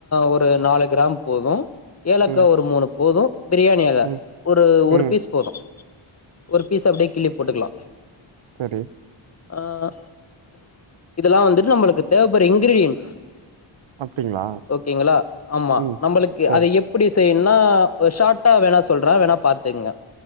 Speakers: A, on the left; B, on the right.
A: ஒரு நாலு கிராம்பு போது ஏலக்கா
B: ம்
A: ஒரு மூணு போது பிரியாணி எல
B: ம்
A: ஒரு
B: ம்
A: ஒரு பீஸ் போது ஒரு பீஸ் அப்டியே கிள்ளி போட்டுக்கலா
B: செரி
A: ஆ இதெல்லா வந்துட்டு நம்மளுக்கு தேவப்படுற இன்கிரிடியன்ஸ்
B: அப்டிங்களா
A: ஓகேங்களா ஆமா
B: ம்
A: நம்பளுக்கு
B: சரி
A: அத எப்படி செய்ய னுன்லா ஒரு ஷார்ட்டா வேண்ணா சொல்றே வேண்ணா பாத்துக்ங்க